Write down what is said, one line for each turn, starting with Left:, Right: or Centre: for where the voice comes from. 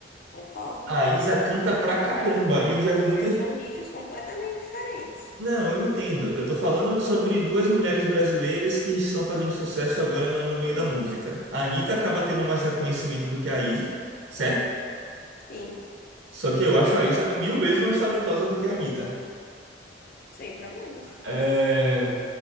Left: concordo.
Right: A Isa canta pra caramba. E eu já vi muita
Left: Mas
Right: gente.
Left: são nichos completamente diferentes.
Right: Não, eu entendo. Eu tô falando sobre duas mulheres brasileiras que estão fazendo sucesso agora no, no meio da música. A Anitta acaba tendo mais reconhecimento do que a Isa, certo?
Left: Sim,
Right: Só que eu acho a Isa mil vezes mais talentosa do que a Anitta.
Left: sem problemas.
Right: É...